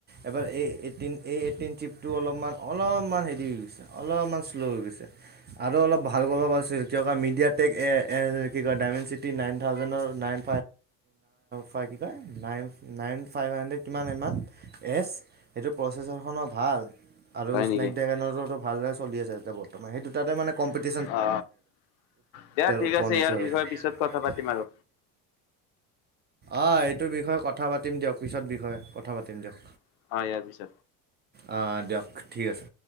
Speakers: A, on the right (about 25°); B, on the left (about 80°).
A: এবাৰ এইটিন এই এইটিন ট্ৰিপটো অলপমান অলপমান হেৰি হৈ গৈছে অলপমান শ্ল' হৈ গৈছে আৰু ভাল কৰাব আছে ক মিডিয়া টেক এ কি কয় ডায়মেণ্ড চিটি নাইন থাউজেণ্ডৰ নাইন ফাইভ ন কি কয় নাইন নাইন ফাইভ হাণ্ড্ৰেড কিমান । এছ সেইটো প্ৰচেছাৰখনো ভাল আৰু
B: হয়
A: স্নেক
B: নেকি
A: ড্ৰেগনৰোতো ভালদৰে চলি আছে তাতে বৰ্তমান সেই দুটাতে মানে ক
B: অ দিয়া ঠিক
A: ওপৰ
B: আছে
A: নিচৰ
B: ইয়াৰ বিষয়ে পিছত কথা পাতিম আৰু
A: আহ এইটোৰ বিষয়ে কথা পাতিম দিয়ক পিছত বিষয়ে কথা পাতিম দিয়ক
B: অ ইয়াৰ পিছত
A: অ দিয়ক ঠিক আছে